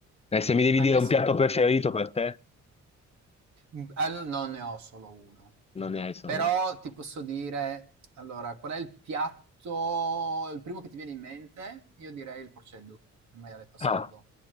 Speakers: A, on the left; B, on the right.
A: E se mi devi
B: Hai
A: dire
B: mai
A: un piatto
B: sen
A: preferito
B: mh.
A: per te,
B: Mm, al- non ne ho solo uno, non
A: non
B: ne
A: ne
B: ho.
A: hai solo
B: Però
A: uno.
B: ti posso dire, allora, qual è il piatto, il primo che ti viene in mente? Io direi il porceddu, il maialetto sardo.
A: Ah,